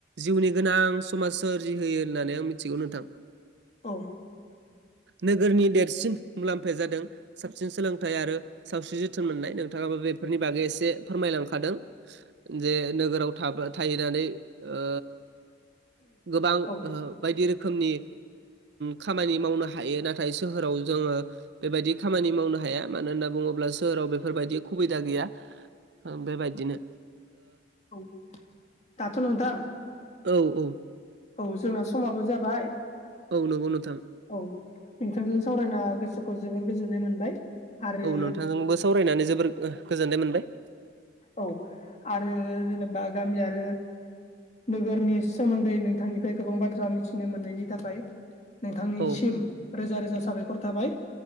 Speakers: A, on the right (about 65°); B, on the left (about 35°).
A: जिउनि गोनां समाज सोरजिहोयो होननानै आं मिथिगौ नोंथां
B: औ
A: नोगोरनि देरसिन मुलाम्फाया जादों साबसिन सोलों थाय आरो सावस्रि जोथोन मोन्नाय नोंथांङाबो बेफोरनि बागै एसे फोरमायलांखादों जे नोगोराव थाबो थाहैनानै ओ गोबां
B: औ
A: ओ बायदि रोख खोमनि खामानि मावनो हायो नाथाय सोहोराव जोंङो बेबायदि खामानि मावनो हाया मानो होनना बुंङोब्ला सोहोराव बेफोरबायदि खुबिदा गैया बेबायदिनो
B: औ दाथ नोंथां
A: औ औ
B: औ जोंना समाबो जाबाय
A: औ नंगौ नोंथां
B: औ नोंथांजों सावरायना गोसोखौ जोबोर गोजोननाय मोनबाय आरो
A: औ नोंथांजोंबो सावरायनानै जोबोर गोजोननाय मोनबाय
B: औ आरो जेनेबा गामिया आरो नोगोरनि सोमोन्दै नोंथांनिफ्राय गोबां बाथ्रा मिथिनो मोननायनि थाखाय नोंथांनिसिम
A: औ
B: रोजा-रोजा साबायखर थाबाय